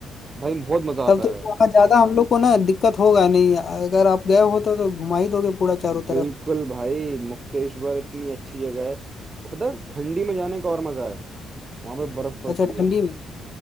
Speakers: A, on the right; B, on the left.
A: भाई बहुत मजा
B: तब
A: आता
B: तो
A: है
B: वहाँ ज्यादा हम लोग को ना दिक्कत होगा नहीं अगर आप गए हो तो, तो घुमा ही दोगे पूरा चारों
A: बिल्कुल
B: तरफ
A: भाई मुक्तेश्वर इतनी अच्छी जगह है और पता है ठंडी में जाने का और मजा है वहां पे बर्फ पड़ती
B: अच्छा
A: है
B: ठंडी में